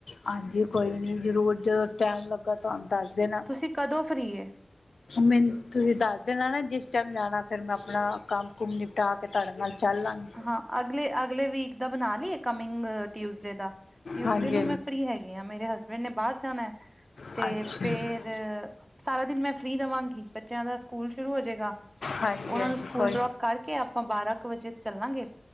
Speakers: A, on the left; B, on the right.
A: ਹਾਂਜੀ ਕੋਈ ਨੀ ਜ਼ਰੂਰ, ਜਦ ਟਾਈਮ ਲੱਗਾ ਤੁਹਾਨੂੰ ਦੱਸ ਦੇਣਾ
B: ਤੁਸੀਂ ਕਦੋਂ ਫ੍ਰਰੀ ਏ?
A: ਮੈਨੂੰ, ਤੁਸੀ ਦੱਸ ਦੇਣਾ ਨਾ ਜਿਸ ਟਾਈਮ ਜਾਣਾ। ਫਿਰ ਮੈਂ ਆਪਣਾ, ਕੰਮ ਕੂਮ ਨਿਪਟਾ ਕੇ ਤੁਹਾਡੇ ਨਾਲ- ਚੱਲ ਲਾਂਗੀ
B: ਹਾਂ ਅਗਲੇ- ਅਗਲੇ ਵੀਕ ਦਾ ਬਣਾ ਲਈਏ ਕਮਿੰਗ- ਟਿਊਜ਼ਡੇ ਦਾ, ਟਿਊਜ਼ਡੇ
A: ਹਾਂਜੀ
B: ਨੂੰ ਮੈ ਫ੍ਰਰੀ ਹੈਗੀ ਹਾਂ ਮੇਰੇ ਹਸਬੈਂਡ ਨੇ ਬਾਹਰ ਜਾਣਾ ਹੈ। ਤੇ
A: ਹਾਂਜੀ ਅੱਛਾ
B: ਫੇਰ, ਸਾਰਾ ਦਿਨ ਮੈਂ ਫਰੀ ਰਹਾਂਗੀ, ਬੱਚਿਆਂ ਦਾ ਸਕੂਲ ਸ਼ੁਰੂ ਹੋ ਜਾਏਗਾ।
A: ਹਾਂਜੀ
B: ਉਹਨਾਂ
A: ਹਾਂਜੀ
B: ਨੂੰ ਸਕੂਲ
A: ਕੋਈ
B: ਡਰੋਪ ਕਰਕੇ, ਆਪਾਂ ਬਾਰਾਂ ਕੁ ਵਜੇ ਚਲਾਂਗੇ,